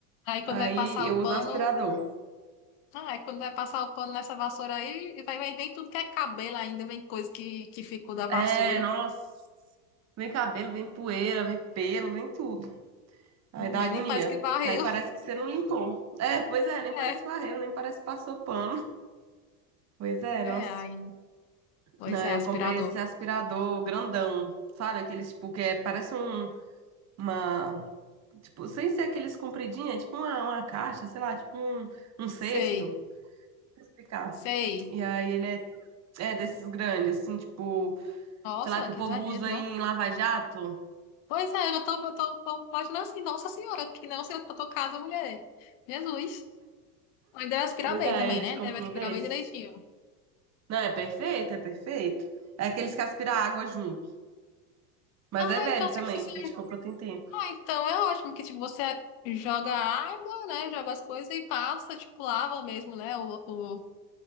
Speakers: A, on the left (about 55°); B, on the right (about 35°).
A: Aí quando
B: Aí
A: vai passar
B: eu
A: o pano,
B: uso aspirador.
A: ah, aí quando vai passar o pano nessa vassoura aí, vai vem, vem tudo que é cabelo ainda, vem coisa que, que ficou da vassoura.
B: É, nossa. Vem cabelo, vem poeira, vem pelo, vem tudo. Aí
A: Não
B: dá
A: é
B: agonia.
A: nem parece que varreu.
B: Aí parece que você não limpou. É, pois é, nem
A: <laughs>
B: parece
A: É,
B: que varreu, nem parece que passou pano. Pois é,
A: é,
B: nossa.
A: aí, pois
B: Não,
A: é,
B: eu
A: aspirador.
B: comprei esse aspirador grandão, sabe? Aqueles, tipo, que é, parece um, uma... Tipo, sem ser aqueles compridinhos, é tipo uma, uma caixa, sei lá, tipo um, um cesto.
A: Sei,
B: Deixa eu explicar.
A: sei.
B: E aí ele é, é desses grandes, assim, tipo,
A: Nossa,
B: sei lá, que
A: que
B: o povo
A: exagero,
B: usa
A: não.
B: em lava-jato.
A: Pois é, eu já tô, eu tô, tô imaginando assim, nossa senhora, que não sei pra tua casa, mulher. Jesus. Mas deve aspirar
B: Pois
A: bem
B: é,
A: também,
B: a gente
A: né?
B: comprou
A: Deve aspirar
B: desse.
A: bem direitinho.
B: Não, é perfeito, é perfeito. É aqueles que aspiram água junto. Mas
A: Ah,
B: é velho
A: então, tipo,
B: também,
A: se você...
B: a gente comprou tem tempo.
A: ah, então é ótimo que, tipo, você joga água, né? Joga as coisas e passa, tipo, lava mesmo, né? O, o...